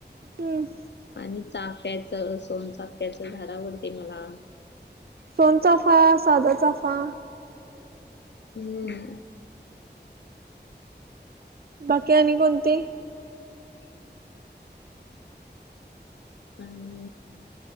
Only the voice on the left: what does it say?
आणि चाफ्याच सोनचाफ्याचं झाड आवडते मला.
हम्
हम्